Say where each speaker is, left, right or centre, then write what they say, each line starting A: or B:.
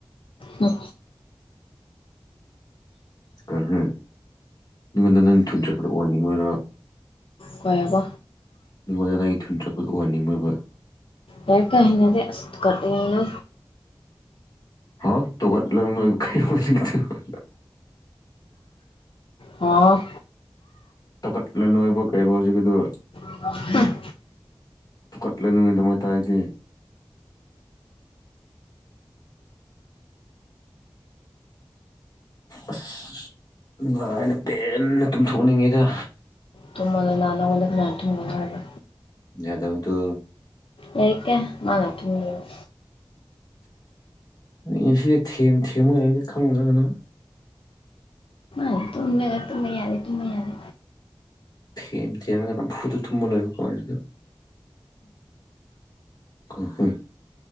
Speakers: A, on the left; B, on the left.
A: ꯑꯣ
B: ꯑꯣꯍꯨꯝ ꯃꯤꯉꯣꯟꯗ ꯅꯪ ꯊꯨꯟ ꯆꯣꯞꯄꯗꯨ ꯎꯍꯟꯅꯤꯡꯉꯤꯔ
A: ꯎꯍꯟꯅꯤꯡꯗꯦ
B: ꯃꯤꯉꯣꯟꯗ ꯑꯩ ꯊꯨꯟ ꯆꯨꯞꯄꯗꯣ ꯎꯍꯟꯅꯤꯕ꯭ꯔꯕ
A: ꯑꯣꯏ ꯀꯩ ꯍꯩꯅꯗꯦ ꯑꯁ ꯇꯨꯀꯠꯂꯦ
B: ꯍꯥꯎ ꯇꯣꯒꯠꯂꯣ <unintelligible>
A: ꯍꯥꯎ
B: ꯇꯧꯀꯠꯂꯅꯨ ꯍꯥꯏꯕ ꯂꯩꯕ ꯍꯧꯖꯤꯛꯒꯤꯗꯨ
A: ꯍꯝ
B: ꯇꯨꯀꯠꯂꯥꯅꯨ ꯑꯗꯨꯃꯥꯏ ꯇꯥꯏꯗꯤ ꯑꯁ ꯅꯨꯡꯉꯥꯏꯅ ꯄꯦꯟꯅ ꯇꯨꯝꯊꯣꯛꯅꯤꯡꯉꯤꯗ
A: ꯇꯨꯝꯃꯣꯗꯅ ꯅꯥꯉꯣꯟꯗ ꯀꯅꯥꯅ ꯇꯨꯝꯅꯣ ꯍꯥꯏꯕ
B: ꯌꯥꯗꯕꯗꯨ
A: ꯂꯩꯇꯦ ꯅꯪꯅ ꯇꯨꯝꯕꯗꯥ
B: ꯑꯩꯁꯦ ꯊꯦꯝ ꯊꯦꯝꯃꯒꯅꯦ ꯈꯪꯗ꯭ꯔꯒ ꯅꯪ
A: ꯑꯣ ꯇꯨꯝꯃꯣ ꯌꯥꯔꯦ ꯇꯨꯝꯃꯣ ꯌꯥꯔꯦ ꯇꯨꯝꯃꯣ ꯌꯥꯔꯦ
B: ꯊꯦꯝ ꯊꯦꯝꯔꯒ ꯅꯝꯐꯨꯗ ꯇꯨꯝꯕ ꯂꯣꯏꯕ ꯄꯣꯠꯅꯤꯗ ꯎꯝꯍꯨꯝ